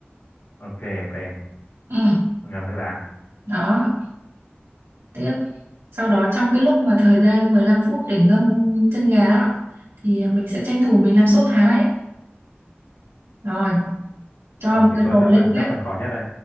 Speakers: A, on the left; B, on the right.
A: ok ok
B: ừ.
A: ngâm nước đá
B: đó tiếp sau đó trong cái lúc mà thời gian 15 phút để ngâm chân gà đó thì mình sẽ tranh thủ mình làm sốt thái rồi cho
A: Ờ,
B: một
A: cái
B: cái
A: số
B: nồi
A: chắc
B: lên
A: phần
B: bếp
A: chắc phần khó nhất đây.